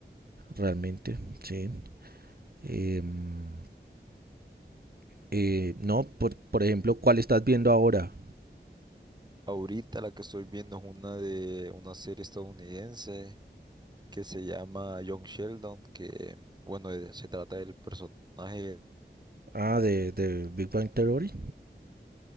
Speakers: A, on the right; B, on the right.
A: realmente, sí. Em, eh, no, por, por ejemplo, ¿cuál estás viendo ahora?
B: Ahorita la que estoy viendo es una de una serie estadounidense que se llama Young Sheldon, que bueno, eh, se trata del personaje.
A: Ah, de, de Big Bang Theory.